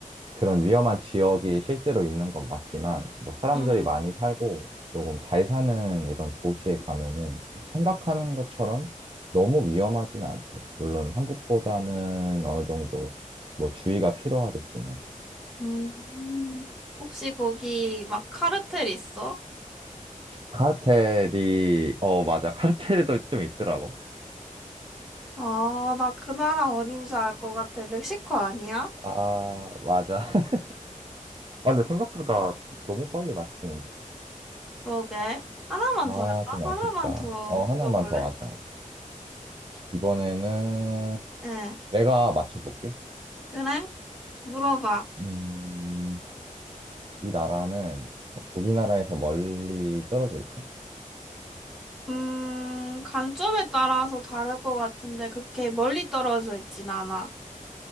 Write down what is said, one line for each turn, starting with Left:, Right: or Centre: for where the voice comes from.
Right: 그런 위험한 지역이 실제로 있는 건 맞지만 뭐 사람들이
Centre: 응.
Right: 많이 살고 조금 잘 사는 이런 도시에 가면은 뭐 생각하는 것처럼 너무 위험하진 않대. 물론 한국보다는 어느 정도 뭐 주의가 필요하겠지만
Centre: 음, 혹시 거기 막 카르텔 있어?
Right: 카르텔이 어 맞아 카르텔도 좀 있더라고.
Centre: 아, 나 그 나라 어딘지 알 것 같아. 멕시코 아니야?
Right: 아, 맞아. <laughs> 아, 근데 생각보다 너무 빨리 맞추는데?
Centre: 그러게. 하나만
Right: 아,
Centre: 더 할까?
Right: 좀
Centre: 하나만
Right: 아쉽다.
Centre: 더
Right: 어, 하나만
Centre: 물어볼래?
Right: 더 하자. 이번에는
Centre: 예.
Right: 내가 맞춰볼게.
Centre: 그래? 물어봐.
Right: 음, 이 나라는 우리나라에서 멀리 떨어져 있어?
Centre: 음, 관점에 따라서 다를 것 같은데 그렇게 멀리 떨어져 있진 않아.